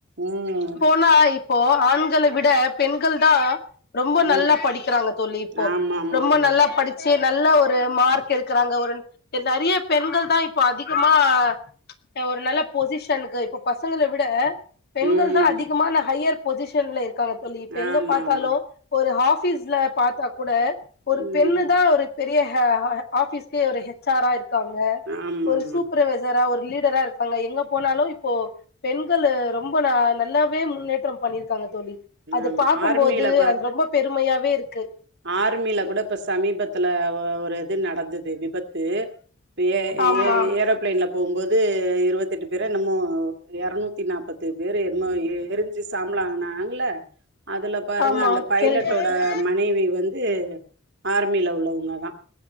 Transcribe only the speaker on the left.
ம்மா இப்போ ஆண்கள விட பெண்கள் தா ரொம்போ நல்லா
படிக்கறாங்க தோழி இப்போ
ரொம்ப
நல்லா படி ச்சு நல்லா ஒரு மார்க் எடுக்கறாங்க ஒரு நறைய பெண்கள் தா இப்ப அதிகமா அ ஒரு நல்லப் பொசிஷனுக்கு இப்ப பசங்கள விட பெண்கள்
தா அதிகமான ஹையர் பொசிஷன்ல இருக்காங்க தோழி இப்ப எங்க
பாத்தாலு
ஒரு ஆபீஸ்ல பாத்தா கூட ஒரு
பெண்ணு தா ஒரு பெ ரிய ஹாஅ ஆபிஸ்கு ஒரு ஹச் ஆர் அ இருக்காங்க
ஒரு
சூப் பர்வைசறா ஒரு லீடரா இருக்காங்க எங்க போனாலும் இப்போ பெண்களு ரொம்ப நா நல்லாவே முன்னேற்றம் பண்ணிருக்காங்க தோழி அது
பாக்கும்போது
அது ரொம்ப பெருமையாவே இருக்கு
ஆமா
ஆமா
கேள்விப்பட்ட